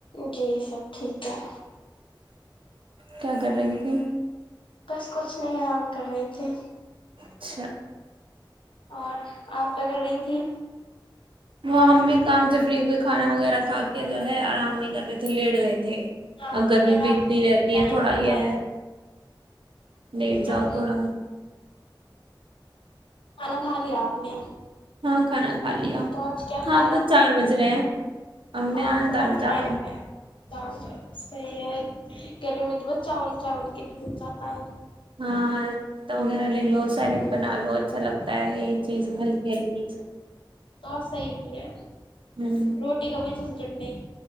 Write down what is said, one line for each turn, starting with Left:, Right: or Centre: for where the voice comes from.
Left: جی سب ٹھیک ہاں
Right: کیا کررہی تھی
Left: بس کچھ نہیں آرام کر رہے تھے
Right: اچھا
Left: اور آپ کیا کر رہی تھی
Right: وہ ہم بھی کام سے فری ہوئے کھانا وغیرہ کھا کے جو ہے آرام بھی کرتے تھے لیٹ گئے تھے
Left: ہاں
Right: اب گرمی
Left: رام
Right: بیتتی
Left: پہ
Right: رہتی
Left: ٹائم
Right: ہے تھوڑا
Left: بتایا
Right: یہ ہے لیٹ جاؤ
Left: تو
Right: تھوڑا
Left: کھانا کھا لیا آپ نے
Right: ہاں کھانا کھا لیا
Left: تو آج کیا
Right: ہاں
Left: کھایا
Right: آپ تو چار بج گئے ہیں ہم
Left: ہاں
Right: نے آج
Left: تو
Right: دال
Left: کافی
Right: چاول
Left: ٹائم رہ ہے صحیح ہے گھر مطلبہ چاول چاول کے دل جاتا ہے
Right: ہاں وغیرہ لے لو سیلڈ بنا لو اچھا لگتا یہ چیز ہلکی ہلکی
Left: تو صحیح بھی ہے
Right: ہوں
Left: روٹی کا بھی چٹنی